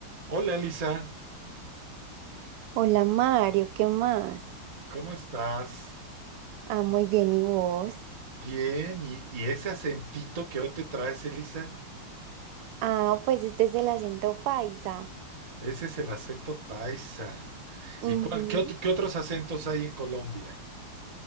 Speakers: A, on the right; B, on the right.
A: Hola Elisa,
B: Hola Mario, ¿qué más?
A: ¿cómo estás?
B: Ah, muy bien, ¿y vos?
A: Bien, y, y ese acentito que hoy te traes, Elisa,
B: Ah, pues este es el acento paisa.
A: ese es el acento paisa. ¿Y
B: Ujú.
A: cuál, qué otro- qué otros acentos hay en Colombia?